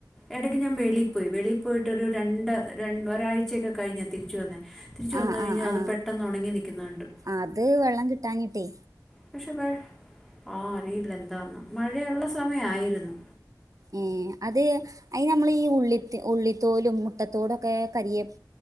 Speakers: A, in the centre; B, on the right.
A: എടയ്ക്ക് ഞാൻ വെളിപ്പോയി വെളി പോയിട്ടൊരു രണ്ട് രണ്ട് ഒരാഴ്ചയൊക്കെ കഴിഞ്ഞാ തിരിച്ചു വന്നെ തിരിച്ചു
B: ആ
A: വന്നു കഴിഞ്ഞാ
B: ആ ആ
A: അത് പെട്ടെന്ന് ഉണങ്ങി നിക്കുന്നെ കണ്ടു
B: അത് വെള്ളം കിട്ടാഞിട്ടേ
A: പക്ഷെ വെ ആ അറിയില്ല എന്താന്ന് മഴയുള്ള സമയായിരുന്നു
B: ഏഹ് അത് അയിനമ്മളീ ഈ ഉള്ളി ഉള്ളിത്തോലും, മുട്ടത്തോടൊക്കെ, കരിയേ